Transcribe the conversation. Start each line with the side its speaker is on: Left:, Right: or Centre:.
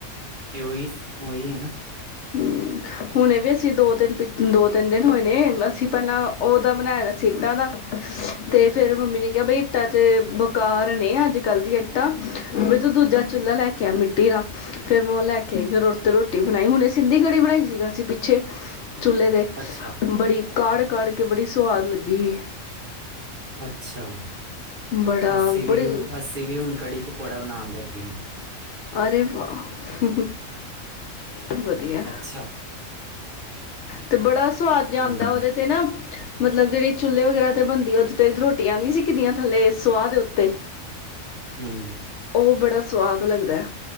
Right: ਤੇ ਉਹੀ ਉਹੀ ਹੈ ਨਾ
Left: ਹੂੰ ਹੁਣੇ ਵੀ ਅਸੀਂ ਦੋ ਤੇਂਨ, ਦੋ ਤੇੰਨ ਦਿਨ ਹੋਏ ਨੇ, ਅਸੀਂ ਪੈਲਾਂ ਓਦਾ ਬਣਾਇਆ ਸੀ ਇੱਟਾਂ ਦਾ, ਤੇ ਫੇਰ ਮੰਮੀ ਨੇ ਕੇਆ ਬਈ ਇੱਟਾਂ ਚ ਕਾਰ ਨੇ ਅੱਜ ਕੱਲ੍ਹ ਦੀਆਂ ਇੱਟਾਂ ਵੇ ਤੂੰ ਦੂਜਾ ਚੁੱਲਾ ਲੈ ਕੇ ਆ ਮਿੱਟੀ ਦਾ, ਫੇਰ ਮੈਂ ਓ ਲੈ ਕੇ, ਫੇਰ ਓਰ ਤੇ ਰੋਟੀ ਬਣਾਈ ਹੁਣੇ ਸਿੰਧੀ ਕੜੀ ਬਣਾਈ ਸੀਗੀ ਅਸੀਂ ਪਿੱਛੇ ਚੁੱਲੇ ਤੇ,
Right: ਅੱਛਾ
Left: ਬੜੀ ਕਾੜਕੇ ਕੜ ਕੇ ਬੜੀ ਸਵਾਦ ਲੱਗ੍ਹੀ।
Right: ਅੱਛਾ!
Left: ਬੜਾ
Right: ਅਸੀਂ ਵੀ
Left: ਬੜੀ
Right: ਅਸੀਂ ਵੀ ਹੁਣ ਕੜੀ ਪਕੌੜਾ ਬਣਾਨ ਲੱਗੇਆਂ।
Left: ਅਰੇ ਵਾਹ! ਹੂਂ ਹੂਂ ਵਧੀਆ।
Right: ਅੱਛਾ
Left: ਤੇ ਬੜ੍ਹਾ ਸਵਾਦ ਜੇਆ
Right: ਹੂੰ
Left: ਆਂਦਾ ਓਦੇ ਤੇ ਨਾ, ਮਤਲਬ ਓਦੇ ਵਿਚ ਚੁੱਲੇ ਵਗੈਰਾ ਤੇ ਬਣਦੀ ਆ ਉਥ ਤੇ ਰੋਟੀਆਂ ਨੀ ਸਿਕੀਦੀਆਂ, ਥੱਲੇ ਸੁਵਾਹ ਦੇ ਉੱਤੇ।
Right: ਹੰਮ।
Left: ਉਹ ਬੜਾ ਸਵਾਦ ਲੱਗਦੈ।